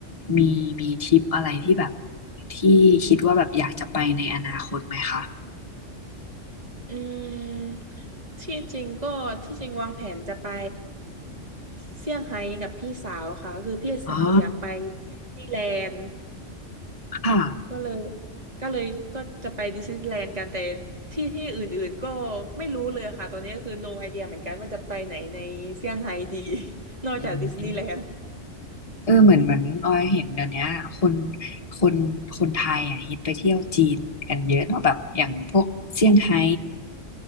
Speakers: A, on the left; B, on the right.
A: มีมีทริปอะไรที่แบบที่คิดว่าแบบอยากจะไปในอนาคตไหมคะ
B: อืมที่จริงก็ที่จริงวางแผนจะไปเซี่ยงไฮ้กับพี่สาวค่ะคือพี่สาวอยากไปดิสนีย์แลนด์
A: อ๋อค่ะ
B: ก็เลยก็เลยก็จะไปดิสนีย์แลนด์กันแต่ที่ที่อื่นๆก็ไม่รู้เลยค่ะตอนนี้ก็คือ no idea เหมือนกันว่าจะไปไหนในเซี่ยงไฮ้ดี <laughs> นอกจากดิสนีย์แลนด์
A: อืมเออเหมือนเหมือนออยเห็นเดี๋ยวเนี้ยคนคนคนไทยอ่ะฮิตไปเที่ยวจีนกันเยอะเนาะแบบอย่างพวกเซี่ยงไฮ้